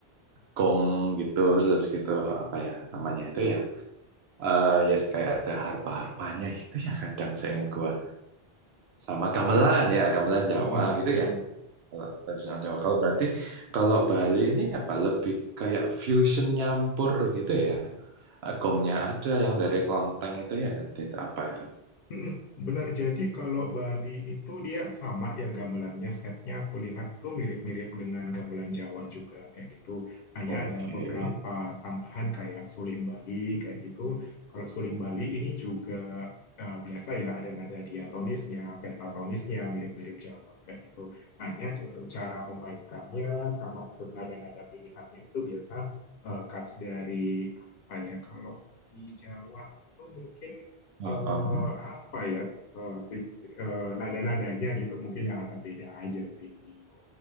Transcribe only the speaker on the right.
gong gitu terus habis gitu apa ya namanya itu ya eh ya kayak ada harpa-harpanya gitu ya kadang saya ingat gua sama gamelan ya gamelan Jawa
gitu
ya kalau tradisional Jawa kalau berarti kalau Bali ini apa lebih kayak fusion nyampur gitu ya Eh, gongnya ada yang dari klonteng itu ya tadi itu apa itu
Oke.
Hmm.